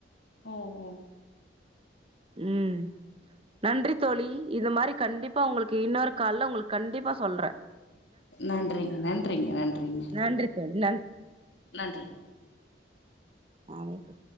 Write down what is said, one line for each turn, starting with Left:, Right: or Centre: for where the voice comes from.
Left: ஓ ஓ
Right: ம் நன்றி தோழி இது மாதிரி கண்டிப்பா உங்களுக்கு இன்னொரு கால்ல உங்களுக்கு கண்டிப்பா சொல்றன்
Left: நன்றிங்க நன்றிங்க நன்றிங்க
Right: நன்றி தோழி
Left: நன்றி
Right: ஆனது